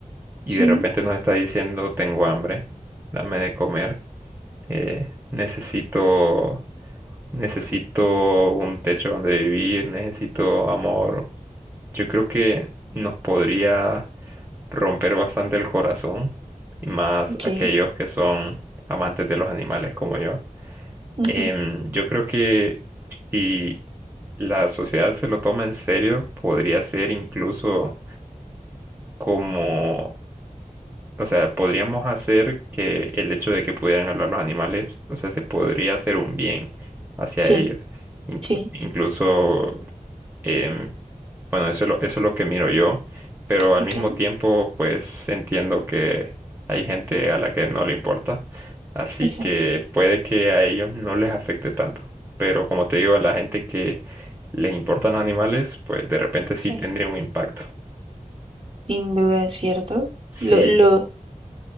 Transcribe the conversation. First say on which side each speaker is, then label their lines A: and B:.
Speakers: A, on the right; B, on the right.
A: y
B: Sí,
A: de repente nos está diciendo, tengo hambre, dame de comer, eh, necesito, necesito un techo donde vivir, necesito amor. Yo creo que nos podría romper bastante el corazón, y más
B: ok.
A: aquellos que son amantes de los animales como yo.
B: ujú,
A: Em, yo creo que si la sociedad se lo toma en serio, podría ser incluso como, o sea, podríamos hacer que el hecho de que pudieran hablar los animales, o sea, se podría hacer un bien hacia
B: Sí,
A: ellos. Inclu-
B: sí,
A: incluso Em, bueno, eso es lo, eso es lo que miro yo, pero al
B: ok,
A: mismo tiempo, pues entiendo que hay gente a la que no le importa, así
B: exacto.
A: que puede que a ellos no les afecte tanto, pero como te digo, a la gente que les importan los animales, pues de repente sí
B: Sí,
A: tendría un impacto.
B: sin duda, ¿cierto?
A: Sí,
B: Lo, lo,